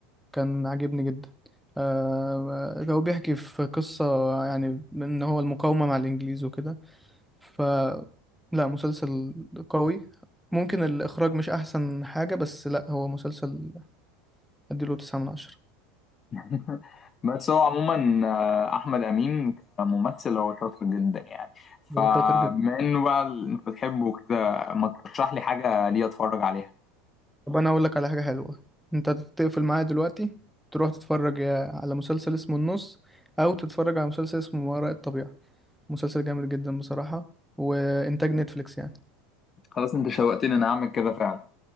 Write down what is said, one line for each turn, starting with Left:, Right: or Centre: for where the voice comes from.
Centre: كان عاجبني جدا آه هو بيحكي في قصة يعني ان هو المقاومة مع الانجليز وكده ف لا مسلسل قوي ممكن الاخراج مش احسن حاجة بس لا هو مسلسل اديله تسعة من عشرة
Left: <laughs> بس هو عموما آه، احمد امين كممثل هو شاطر جدا يعني فبما
Centre: هو شاطر جدا
Left: انه بقى ال- انت بتحبه كده ما ترشح لي حاجه ليه اتفرج عليها
Centre: طب انا اقول لك على حاجة حلوة انت تقفل معايا دلوقتي تروح تتفرج يا- على مسلسل اسمه النص او تتفرج على مسلسل اسمه ما وراء الطبيعة مسلسل جامد جدا بصراحة وإنتاج نتفليكس يعني
Left: خلاص انت شوقتني انا اعمل كده فعلا